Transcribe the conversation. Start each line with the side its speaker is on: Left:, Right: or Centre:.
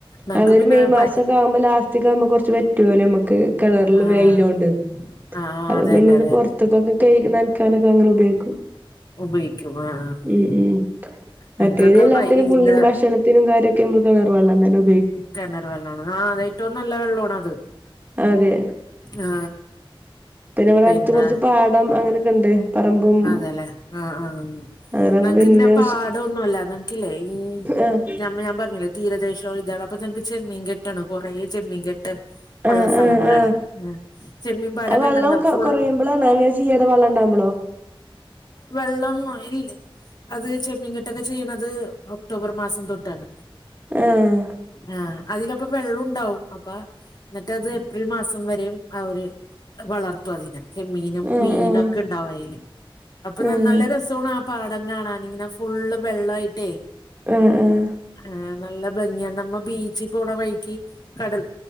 Left: നമുക്ക്
Right: അതൊരു
Left: പിന്നെ
Right: മെയ് മാസംക്കെ
Left: പ
Right: ആവുമ്പോ ലാസ്റ്റക്ക ആകുമ്പോ കുറച്ച് വറ്റുവല്ലേ നമ്മുക്ക് കിണറില്
Left: ആഹ്
Right: വെയിലോണ്ട്
Left: ആഹ്
Right: അപ്പൊ
Left: അതന്നെ
Right: പിന്നെ ഇത്
Left: അതന്നെ
Right: പുറത്തക്കൊക്കെ കഴിചി നനക്കാനൊക്കെ അങ്ങനെ ഉപയോഗിക്കും
Left: ഉപയോഗിക്കും ആഹ് ആഹ്
Right: ഉ ഉം മറ്റേത്
Left: ഞങ്ങക്കൊക്കെ
Right: എല്ലാത്തിനും
Left: പൈ ഇതിന്റെ
Right: ഫുള്ളും ഭക്ഷണത്തിനും കാര്യ ക്ക് ഞമ്മള് കിണർ വെള്ളംതന്നെ
Left: കിണർ വെള്ളമാണ് ആ അതെ ഏറ്റവും നല്ല വെള്ളാണ് അത്
Right: അതെ
Left: ആ
Right: ഇവിടെ
Left: പിന്നെ
Right: അടുത്ത് കുറച്ച് പാടം അങ്ങനെയൊക്കെ ഉണ്ട് പറമ്പും
Left: അതെല്ലെ ആ ആ
Right: അങ്ങനെ
Left: നങ്ങക്ക്
Right: പിന്നെ
Left: ഇങ്ങനെ പാടം ഒന്നുമല്ല നങ്ങല്ലേ ഈ
Right: ആഹ്
Left: ഞമ്മ ഞാൻ പറഞ്ഞല്ലേ തീരദേശ ഇതട അപ്പ നക്ക് ചെമ്മീൻ കെട്ടാണ് കുറെ ചെമ്മീൻ കെട്ട്
Right: ആഹ്
Left: ഉള്ള സ്ഥലങ്ങളാണ്
Right: ആഹ് ആഹ്
Left: ചെമ്മീ പാടം
Right: അത്
Left: കണ്ടിട്ടുണ്ടോ
Right: വെള്ളം കൊ
Left: ഫുൾ
Right: കൊറയുമ്പളാണോ അങ്ങനെ ചെയ്യാതെ വള്ളം ഇണ്ടാവുമ്പളോ
Left: വെള്ളം മഴ ഇല്ല അത് ചെമ്മീൻ കെട്ടൊക്കെ ചെയ്യണത് ഒക്ടോബർ മാസം തൊട്ടാണ്
Right: ആഹ്
Left: ആ അതില് ഇപ്പൊ വെള്ളം ഉണ്ടാവും അപ്പ എന്നിട്ട് അത് ഏപ്രിൽ മാസം വരെയും ആ ഒരു വളർത്തു അതിനെ ചെമ്മീനും
Right: ആഹ്
Left: മീനും
Right: ആഹ്
Left: ഒക്കെ ഉണ്ടാവും അയില് അപ്പൊ
Right: ആഹ്
Left: നല്ല രസമാണ് പാടം കാണാൻ ഇങ്ങനെ ഫുള്ള് വെള്ളം ആയിട്ടേ
Right: ഉം ഉം
Left: ആ നല്ല ഭംഗിയാണ് നമ്മ ബീച്ചിൽ പോണ വഴിക്കി കടൽ